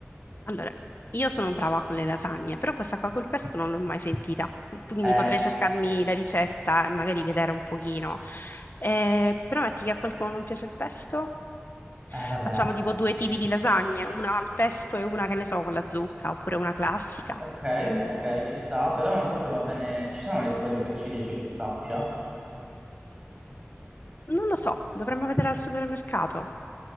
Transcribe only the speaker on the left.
Allora, io sono brava con le lasagne, però questa qua col pesto non l'ho mai sentita, quindi
potrei cercarmi la ricetta e magari vedere un pochino. Eh, però metti che a qualcuno non piace il pesto,
facciamo tipo due tipi di lasagne, una al pesto e una che ne so con la zucca, oppure una classica.
Non lo so, dovremmo vedere al supermercato.